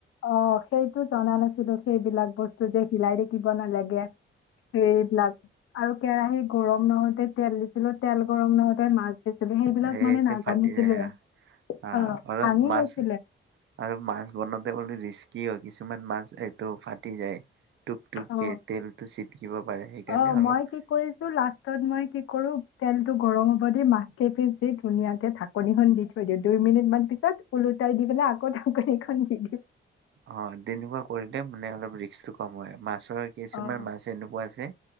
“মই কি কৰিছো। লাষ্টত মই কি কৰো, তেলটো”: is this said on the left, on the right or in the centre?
Left